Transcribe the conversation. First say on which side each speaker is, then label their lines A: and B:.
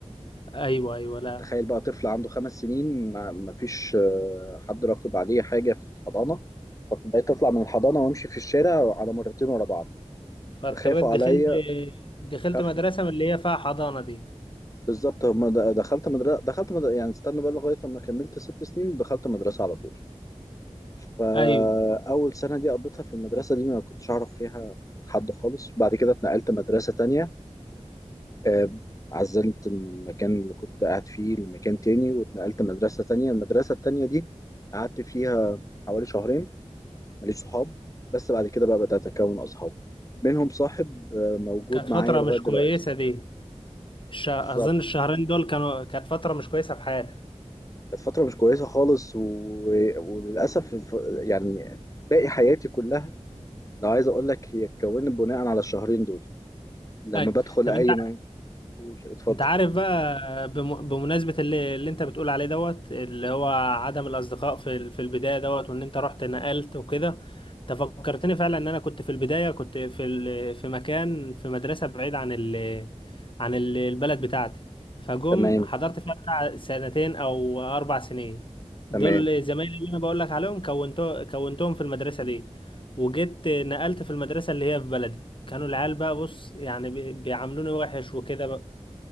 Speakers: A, on the left (about 45°); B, on the left (about 30°).
A: ايوه ايوه لا
B: تخيل بقى طفل عنده خمس سنين ما ما فيش آه، حد راقب عليه حاجة في الحضانة فبقيت أطلع من الحضانة وأمشي في الشارع على مرتين ورا بعض
A: فاضطريت
B: فخافوا
A: دخلت
B: عليا
A: دخلت
B: خاف
A: مدرسه من اللي هي فيها حضانه دي
B: بالظبط هم د- دخلت مدرسة دخلت مدرسة يعني استنى بقى لغاية لما كملت ست سنين دخلت مدرسة على طول فأول
A: ايوه
B: سنة دي قضيتها في المدرسة دي ما كنتش أعرف فيها حد خالص بعد كده اتنقلت مدرسة تانية آه، عزلت من المكان اللي كنت قاعد فيه لمكان تاني واتنقلت مدرسة تانية المدرسة التانية دي قعدت فيها حوالي شهرين ماليش صحاب بس بعد كده بقى بدأت أكون أصحاب منهم صاحب آه، موجود
A: كانت فتره
B: معايا لغاية
A: مش
B: دلوقتي
A: كويسه دي الش... اظن
B: بالظبط
A: الشهرين دول كانوا كانت فتره مش كويسه في حياتك
B: كانت فترة مش كويسة خالص و... وللأسف الف- يعني باقي حياتي كلها لو عايز أقول لك هي اتكونت بناء على الشهرين دول لما
A: ايوه
B: بدخل
A: طب
B: أي
A: انت
B: مكان قول اتفضل
A: انت عارف بقى بم- بمناسبة اللي, اللي انت بتقول عليه دوت اللي هو عدم الاصدقاء في ال- في البداية دوت وان انت رحت نقلت وكده انت فكرتني فعلا ان انا كنت في البداية كنت في ال- في مكان في مدرسة بعيد عن ال عن ال- البلد بتاعتي فجم
B: تمام
A: حضرت فيها بتاع سنتين او اربع سنين دول
B: تمام
A: زمايلي اللي انا بقول لك عليهم كونتو كونتهم في المدرسة دي وجيت نقلت في المدرسة اللي هي في بلدي كانوا العيال بقى بص يعني بي- بيعاملوني وحش وكده